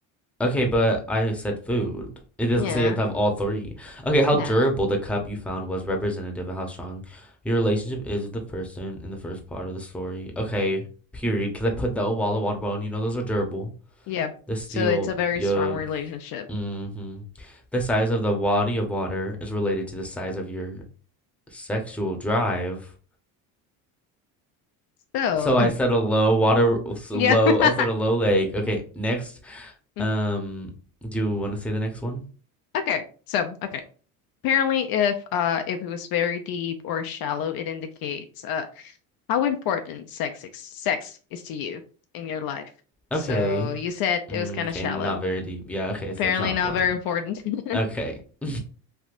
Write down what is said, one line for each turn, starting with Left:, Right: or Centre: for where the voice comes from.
Centre: Okay, but I said food. It doesn't
Left: Yeah.
Centre: say you have to have all three. Okay, how
Left: Yeah.
Centre: durable the cup you found was representative of how strong your relationship is with the person in the first part of the story. Okay, period. Because I put the Owala water bottle, and you know those are durable.
Left: Yeah.
Centre: The steel,
Left: So it's a very
Centre: yeah.
Left: strong relationship.
Centre: Mm-hmm. The size of the body of water is related to the size of your sexual drive.
Left: So
Centre: So I said a low water, so
Left: <laughs> yeah.
Centre: low.
Left: <laughs>
Centre: I said a low lake. Okay, next.
Left: Mm,
Centre: Um, do you want to say the next one?
Left: Okay. So, okay. Apparently if uh if it was very deep or shallow, it indicates uh How important sex is, sex is to you in your life? So
Centre: Okay.
Left: you said it
Centre: Mm,
Left: was kind
Centre: Okay,
Left: of shallow.
Centre: not very deep. Yeah. Okay,
Left: Apparently
Centre: so it's not important.
Left: not very important. <laughs>
Centre: Okay. <laughs>